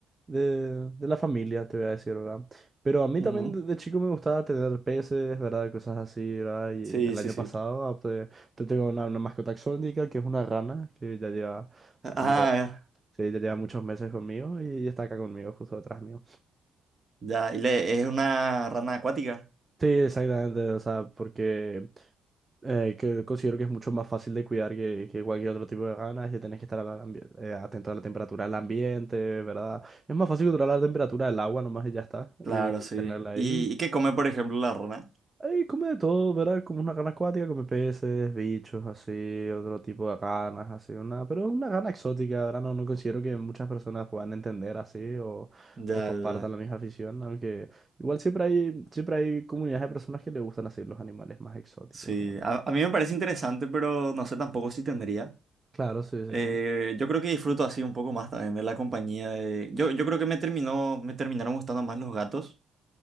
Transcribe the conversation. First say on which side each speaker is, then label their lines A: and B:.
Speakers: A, on the right; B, on the right.
A: de, de la familia, te voy a decir, ¿verdad? Pero a mí
B: Ujú,
A: también de, de chico me gustaba tener peces, ¿verdad? Cosas así, ¿verdad? Y
B: Sí,
A: el
B: sí,
A: año
B: sí.
A: pasado adopté- te tengo una, una mascota exótica que es una rana que ya lleva, ya
B: Ah,
A: lleva,
B: ya,
A: sí, ya lleva muchos meses conmigo y está acá conmigo, justo detrás mío.
B: ya. y le, es una rana acuática.
A: Sí, exactamente, o sea, porque eh, que considero que es mucho más fácil de cuidar que, que cualquier otro tipo de ganas, que tenés que estar al ambi- eh, atento a la temperatura del ambiente, ¿verdad? Es más fácil controlar la temperatura del agua nomás y ya está,
B: Claro,
A: y,
B: sí.
A: y tenerla ahí.
B: ¿Y, y qué come, por ejemplo, la rana?
A: Ahí come de todo, ¿verdad? Como una gana acuática, come peces, bichos, así, otro tipo de ganas, así, una, pero es una gana exótica, ¿verdad? No, no considero que muchas personas puedan entender así o,
B: Ya,
A: o compartan
B: ya.
A: la misma afición, aunque igual siempre hay, siempre hay comunidades de personas que le gustan así los animales más exóticos,
B: Sí,
A: ¿verdad?
B: a, a mí me parece interesante, pero no sé tampoco si tendría.
A: Claro, sí, sí,
B: Eh,
A: sí.
B: yo creo que disfruto así un poco más también de la compañía de... Yo, yo creo que me terminó, me terminaron gustando más los gatos.